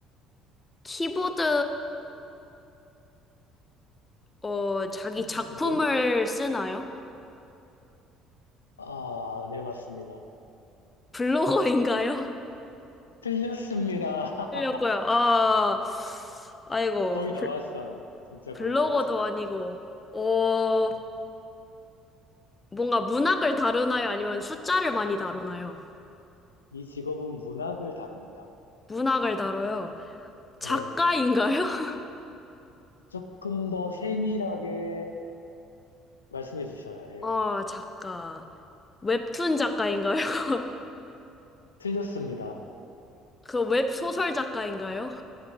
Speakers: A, on the left; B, on the left.
A: 키보드로 어, 자기
B: 키보드로?
A: 작품을 쓰나요?
B: 아, 네, 맞습니다.
A: 블로거인가요? <laughs>
B: 틀렸습니다.
A: 하려고요. 아, 아이고,
B: <laughs> 거의 다
A: 블,
B: 왔어요. 진짜
A: 블로거도
B: 거의 다 왔어요.
A: 아니고, 어,
B: 네.
A: 뭔가 문학을 다루나요? 아니면 숫자를 많이 다루나요?
B: 이 직업은 문학을 다룹니다.
A: 문학을 다뤄요. 작가인가요?
B: 네.
A: <laughs>
B: 조금 더 세밀하게 말씀해 주셔야 해요.
A: 아, 작가. 웹툰 작가인가요? <laughs>
B: 틀렸습니다.
A: 그 웹소설 작가인가요?